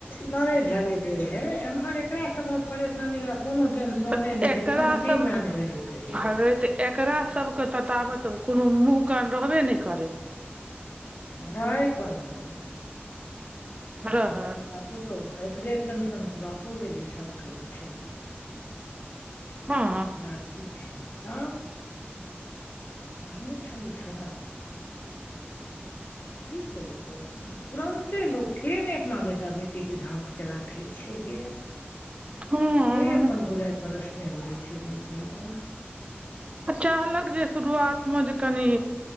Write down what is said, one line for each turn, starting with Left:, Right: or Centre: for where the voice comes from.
Left: लरे झगरैत रहै हेय एम्हर एकरा सबक परेशानी एकर <inaudible> कोनो टेंशने
Right: तऽ
Left: नै
Right: एकरा
Left: रहैये एकदम फ्री
Right: सब
Left: मेड रहैत रहत रहै
Right: हरै
Left: इ।
Right: तऽ एकरा सबके त ताबत कोनो मुॅह कान रहबे नै करेय।
Left: रहैय कोना नै।
Right: रहैय।
Left: आ पुतहु एकरे टेंशनस बापो गेलैय सब कहैय छै।
Right: हँ
Left: कार्तिक छी आ कहने छलैय छोड़ा की करिते तुरन्ते लोक के नै अपना बेटा बेटी कतेक झापके राखे छैय गे
Right: हँ
Left: के अपन बुराइ परोसने <inaudible> घुरैय छैय लोक लगन
Right: चाहलक जे शुरुआत मे जे कनि